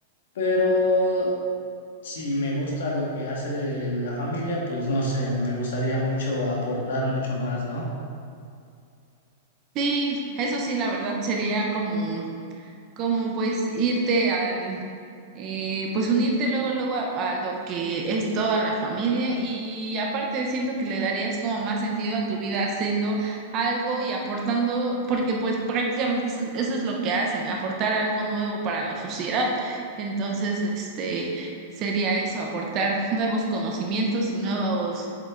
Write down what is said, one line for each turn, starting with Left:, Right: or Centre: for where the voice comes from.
Left: pero si me gusta lo que hace de la familia, pues no sé, me gustaría mucho aportar mucho más, ¿no?
Right: Sí, eso sí, la verdad sería como como pues irte al, eh, pues unirte luego, luego a, a lo que es toda la familia y aparte siento que le darías como más sentido a tu vida haciendo algo y aportando, porque pues prácticamente eso, eso es lo que hacen, aportar algo nuevo para la sociedad. Entonces, este, sería eso, aportar nuevos conocimientos y nuevos,